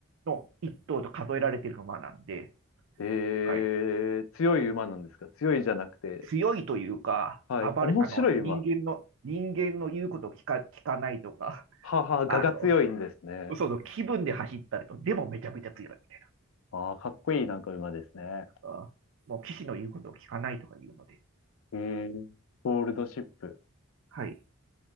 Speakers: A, on the right; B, on the left.
A: の一頭と数えられてる馬なんで、
B: えー、
A: はい、
B: 強い馬なんですか強いじゃなくて、
A: うん強いというか、
B: はい。
A: 暴れ、
B: 面白い馬。
A: あの、人間の、人間の言うことを聞か、聞かないとか、
B: はは我が強いんですね。
A: あの、そうそう、気分で走ったりと、でもめちゃめちゃ強いみたい
B: ああ、かっこいいなんか馬ですね。
A: な。あーもう騎士の言うことを聞かないとか言うので。
B: えー、ゴールドシップ。
A: はい。